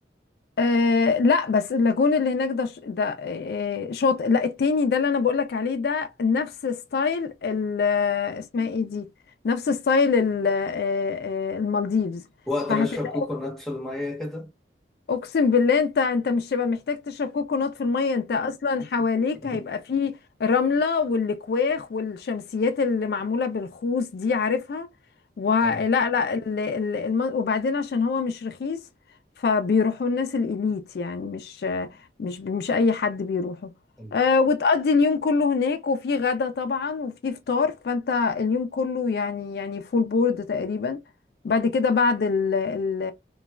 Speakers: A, on the left (about 60°); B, in the centre.
A: آه لا بس اللاجون اللي هناك ده ش- ده آه شاطئ لا التاني ده اللي انا بقولك عليه ده نفس ستايل ال- آه، اسمها ايه دي نفس ستايل ال- آه، آه، المالديفز
B: واقدر
A: فهتبقى
B: اشرب كوكونات في الميه كده
A: اقسم بالله انت انت مش هيبقى محتاج تشرب كوكونات في الميه انت اصلا حواليك
B: <laughs>
A: هيبقى فيه رمله والكواخ والشمسيات اللي معموله بالخوص دي عارفها ولا
B: حلو
A: لا لا، ال- ال- الم... وبعدين عشان هو مش رخيص فبيروحوا الناس الاليت يعني مش مش مش اي حد بيروحوا
B: حلو
A: أه وتقضي اليوم كله هناك وفي غدا طبعا وفي فطار فانت اليوم كله يعني يعني فول بورد تقريبا بعد كده بعد ال... ال...